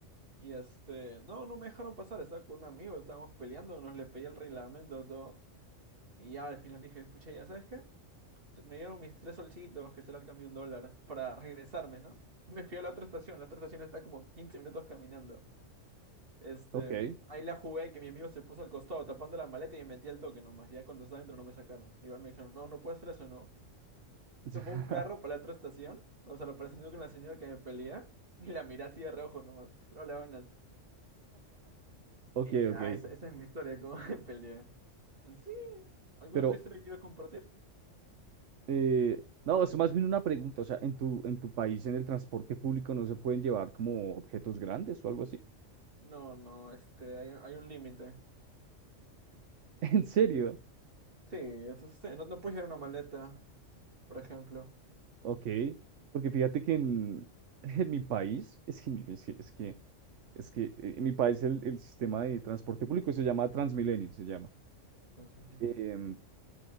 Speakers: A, on the right; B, on the right.
A: Y este... No, no me dejaron pasar, estaba con un amigo, estábamos peleando, nos le pedí el reglamento, todo. Y ya al final dije, pucha, ¿ya sabes qué? Me dieron mis tres solcitos, que será el cambio de un dólar, para regresarme, ¿no? <laughs> Me fui a la otra estación, la otra estación está como 15 minutos caminando. Este,
B: ok,
A: ahí la jugué, que mi amigo se puso al costado tapando la maleta y me metí al toque nomás. Ya cuando estaba dentro no me sacaron. Igual me dijeron, no, no puede hacer eso, ¿no?
B: <laughs>
A: Tomó un carro para la otra estación, o sea, lo presionó con la señora que me pelea y la miré así de reojo nomás. Hola, buenas.
B: ok,
A: Y ya,
B: ok.
A: esa, esa es mi historia, cómo <laughs> me peleé. Pues sí, ¿alguna
B: Pero,
A: otra historia que quieras compartir?
B: eh, no, es más bien una pregunta, o sea, ¿en tu, en tu país, en el transporte público, no se pueden llevar como objetos grandes o algo así?
A: No, no, este, hay, un- hay un límite.
B: <laughs> ¿En serio?
A: Sí, es este, no, no puedes llevar una maleta, por ejemplo.
B: Ok, porque fíjate que en, <laughs> en mi país, es que, en mi- es que, es que, es que, eh, en mi país el, el sistema de transporte público se llama Transmilenio, se llama.
A: Transmilenio.
B: Em,